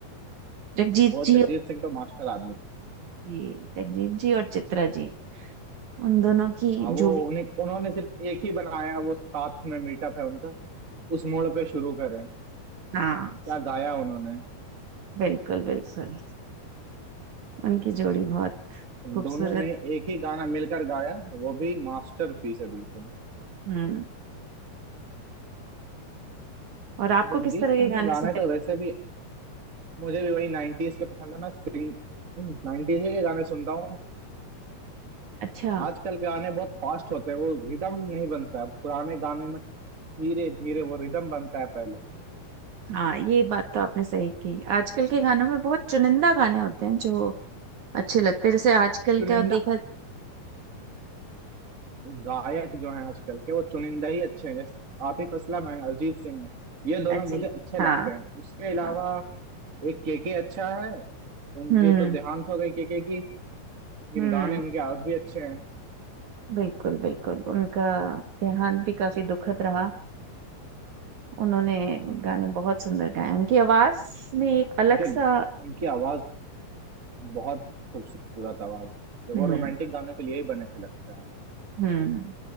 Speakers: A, on the right; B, on the right.
A: जगजीत
B: वो
A: जी
B: जगजीत
A: और
B: सिंह तो मास्टर आदमी थे
A: जी जगजीत जी और चित्रा जी उन दोनों की
B: हाँ वो
A: जोड़ी
B: उन्हें उन्होंने सिर्फ एक ही बनाया वो साथ में मीटअप है उनका उस मोड़ पे शुरू करें
A: हाँ
B: क्या गाया उन्होंने
A: बिल्कुल बिल्कुल उनकी जोड़ी बहुत खूबसूरत
B: दोनों ने एक ही गाना मिलकर गाया वो भी मास्टरपीस है बिल्कुल
A: हम्म और आपको
B: जगजीत
A: किस तरह के
B: सिंह के
A: गाने
B: गाने
A: सुनने
B: तो वैसे भी मुझे भी वही 90s के पसंद है मैं सिंग 90s के गाने सुनता हूँ
A: अच्छा
B: आजकल के गाने बहुत फास्ट होते हैं वो रिदम नहीं बनता है पुराने गाने में धीरे धीरे वो रिदम बनता है पहले
A: हाँ ये बात तो आपने सही की आजकल के गानों में बहुत चुनिंदा गाने होते हैं जो अच्छे लगते हैं जैसे आजकल
B: चुनिंदा
A: का देखा
B: गायक जो है आजकल के वो चुनिंदा ही अच्छे हैं जैसे आतिफ असलम है अरिजीत सिंह है ये दोनों
A: अजी
B: मुझे अच्छे
A: हाँ
B: लगते हैं उसके अलावा
A: हाँ
B: एक केके अच्छा है उनकी
A: हम्म
B: तो देहांत हो गई केके की लेकिन
A: हम्म
B: गाने उनके आज भी अच्छे हैं
A: बिल्कुल बिल्कुल उनका देहांत भी काफी दुखद रहा उन्होंने
B: हम्म।
A: गाने बहुत सुंदर गाए उनकी आवाज में एक अलग
B: उनके
A: सा
B: उनकी आवाज बहुत खूबसूरत आवाज है
A: हम्म
B: वो रोमांटिक गानों के लिए ही बने थे लगता है
A: हम्म